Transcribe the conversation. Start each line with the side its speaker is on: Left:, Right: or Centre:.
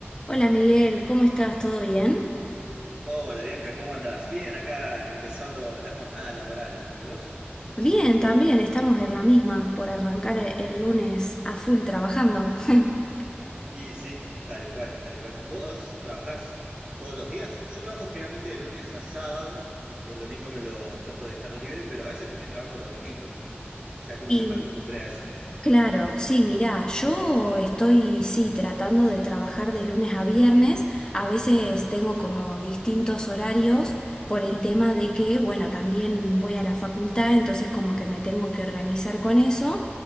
Left: Hola Miguel, ¿cómo estás? ¿Todo bien?
Right: Hola Bianca, ¿cómo andás? Bien, acá empezando la jornada laboral. ¿Y vos?
Left: Bien, también estamos en la misma por arrancar e- el lunes a full trabajando. <laughs>
Right: Y sí, tal cual, tal cual. ¿Vos trabajás todos los días? Yo trabajo generalmente de lunes a sábados. El domingo me lo trato de dejar libre, pero a veces también trabajo los domingos. Ya como
Left: Y
Right: que me acostumbré a eso.
Left: Claro, sí, mirá, yo estoy, sí, tratando de trabajar de lunes a viernes. A veces tengo como distintos horarios por el tema de que, bueno, también voy a la facultad, entonces como que me tengo que organizar con eso.